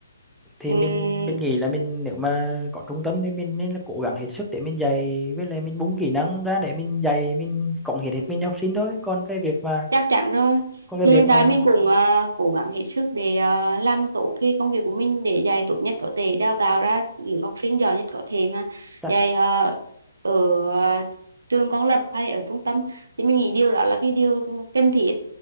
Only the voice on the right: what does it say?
Ừm,
chắc chắn rồi
thì
hiện
tại mình cũng à, cố gắng hết sức để à, làm tốt cái công việc của mình để dạy tốt nhất có thể đào tạo ra lứa học sinh giỏi nhất có thể mà
dạy à, ở à, trường công lập hay ở trung tâm thì mình nghĩ điều đó là cái điều cần thiết